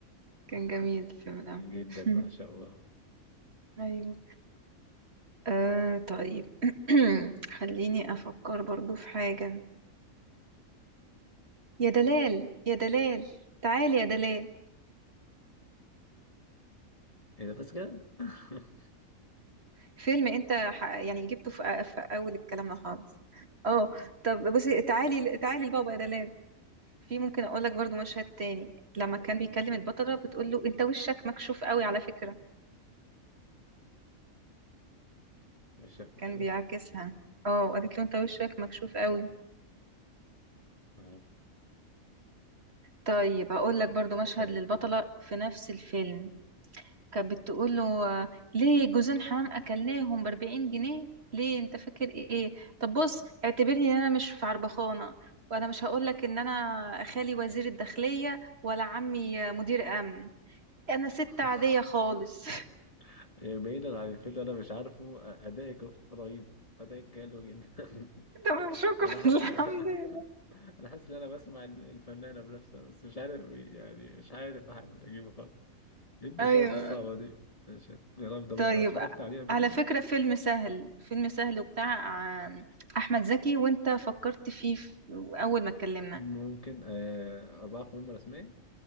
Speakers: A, on the right (about 50°); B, on the left (about 25°).
A: كان
B: <laughs>
A: جميل الفيلم ده
B: جدا
A: <laughs>
B: بعشقه
A: ايوه آه طيب <clears throat> خليني أفكر برضو في حاجة يا دلال يا دلال تعال يا دلال
B: ايه ده بس كده <laughs>
A: فيلم أنت ح... يعني جبته في... في أول كلامنا خالص اه طب بصي تعالي تعالي لبابا يا دلال في ممكن أقول لك برضو مشهد تاني لما كان بيكلم البطلة بتقول له أنت وشك مكشوف قوي على فكرة
B: مش مكشوف
A: كان بيعاكسها اه قالت له أنت وشك مكشوف قوي
B: آه،
A: طيب هقول لك برضو مشهد
B: مشاهد
A: للبطلة في نفس الفيلم كانت بتقول له آه، ليه جوزين حمام اكلناهم ب 40 جنيه ليه انت فاكر ايه طب بص اعتبرني ان انا مش في عربخانه وانا مش هقول لك ان انا خالي وزير الداخليه ولا عمي آه، مدير امن انا ست
B: <laughs>
A: عاديه خالص
B: يعني بعيدا عن الفيلم انا مش عارفه ادائك رهيب ادائك حلو جدا <laughs>
A: <laughs> تمام شكرا
B: انا حاسس
A: <laughs> الحمد
B: <laughs>
A: لله
B: انا حاسس ان انا بسمع الفنانه بنفسها بس مش عارف يعني مش عارف احاول اجيبه خالص ليه المشاهد
A: ايوه
B: الصعبه دي ماشي. يا رب ده
A: طيب
B: بقى اتفرجت عليه قبل
A: على
B: كده
A: فكره فيلم سهل فيلم سهل وبتاع آه، احمد زكي وانت فكرت فيه في- اول ما اتكلمنا
B: ممكن آه أربعة في مهمة رسمية